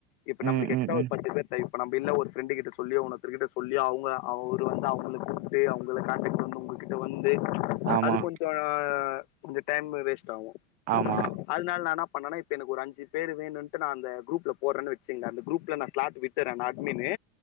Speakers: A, on the left; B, on the right.
A: இப்ப நம்புளுக்கு
B: ம்
A: எக்ஸ்ட்ரா
B: ம்
A: ஒரு
B: ம்
A: பத்து பேர் இப்ப நம்ம இல்ல ஒரு ஃப்ரெண்டு கிட்ட சொல்லி உனொருத்தர் கிட்ட சொல்லி அவுங்க அவரு வந்து அவுங்கள கூப் டு அவங்கள காண்டெக்ட் பண்ணி உங்ககிட்ட வந்து
B: ஆமா
A: அது கொஞ்ச கொஞ்ச டைமு வேஸ்ட் ஆவு
B: ஆமா
A: அதனால நா ன்னா பண்ணா இப் ப எனக்கு ஒரு அஞ்சு பேர் வேணுன்னுட்டு நா அந்த குரூப்ல போறன்னு வெச்சுங்கே அந்த குரூப்ல நா ஸ்லாட் விட்டுற்றே நா அட்மின்னு